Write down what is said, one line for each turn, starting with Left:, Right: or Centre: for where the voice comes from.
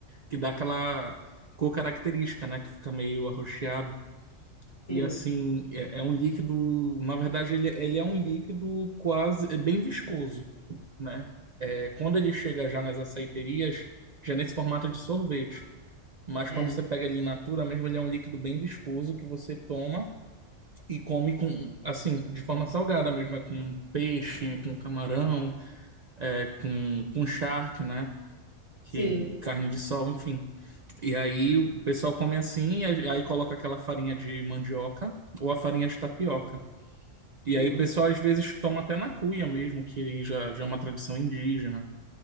Right: que dá aquela cor característica, né? Que fica meio arroxeado.
Left: Sim,
Right: E assim, é, é um líquido. Na verdade, ele, ele é um líquido quase. É bem viscoso, né? É, quando ele chega já nas açaiterias, já é nesse formato de sorvete. Mas
Left: é.
Right: quando você pega ele in natura mesmo, ele é um líquido bem viscoso que você toma. E come com, assim, de forma salgada mesmo, é com peixe, com camarão, é, com, com charque, né? Que,
Left: Sim,
Right: carne de sol, enfim. E aí o pessoal come assim, e aí coloca aquela farinha de mandioca ou a farinha de tapioca. E
Left: que
Right: aí
Left: delícia.
Right: o pessoal às vezes toma até na cuia mesmo, que aí já, já é uma tradição indígena.